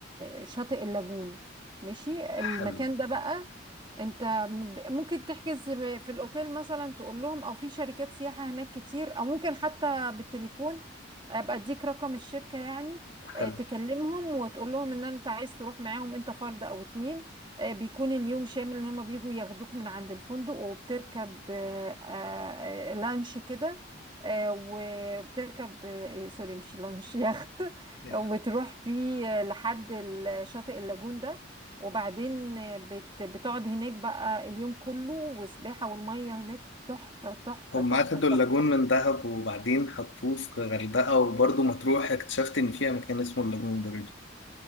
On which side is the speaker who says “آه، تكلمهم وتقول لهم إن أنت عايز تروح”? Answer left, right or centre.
Right